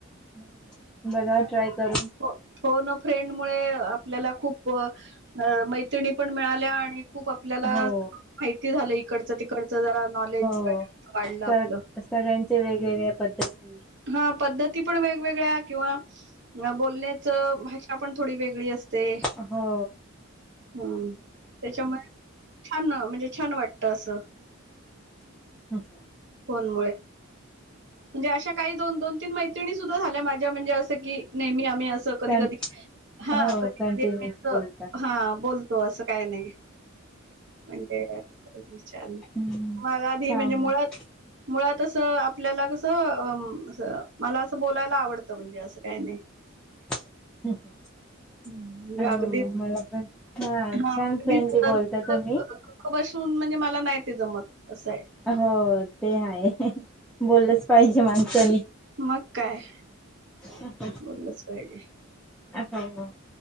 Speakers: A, in the centre; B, on the right (about 60°).
A: हुं, बघावं ट्राय करून.
B: हो, फोन अ फ्रेंड मुळे आपल्याला खूप मैत्रिणी पण मिळाल्या अणी खूप आपल्याला
A: हो
B: माहिती झालं इकडचं तिकडचं जरा नॉलेज
A: हो
B: वाढलं आपलं
A: तर सगळ्यांच्या वेगवेगळ्या पद्धती.
B: हा पद्धती पण वेगवेगळ्या, किंवा अ बोलण्याचं भाषा पण थोडी वेगळी असं- ते
A: हो
B: हुम त्याच्या मुळे छान न म्हणजे छान वाटतं असं.
A: हं हुं.
B: फोण मुळे. म्हणजे अशा काही दोन दोन तीन मैत्रिणी सुद्धा झाल्या, माझ्या म्हणजे असं की नेहमी आम्ही असो- जर कधी
A: कं
B: कधी हा
A: हो
B: कधी
A: कंटिन्यू
B: कधी आम्ही असं
A: बोलता
B: हा बोलतो असं काय नाई. म्हणते बघ विचारून.
A: हम्म
B: मला बी
A: छान
B: म्हणजे मुळात. मुळात असं आपल्याला कसं अ असं मला असं बोलायला आवडतं म्हणजे असं काय नाय.
A: <inaudible>
B: म्हणजे
A: अं
B: अगदीच
A: मला पण हा
B: हां,
A: छान
B: अगदीच
A: फ्रेंडली बोलता तुम्ही.
B: <unintelligible> बसून म्हणजे मला नाय ते जमत असं ए.
A: हो ते आहे ह ह बोललंच
B: हं,
A: पायजे माणसानी.
B: मग काय.
A: <unintelligible>
B: बोललंच पायजे.
A: अस आहे मग.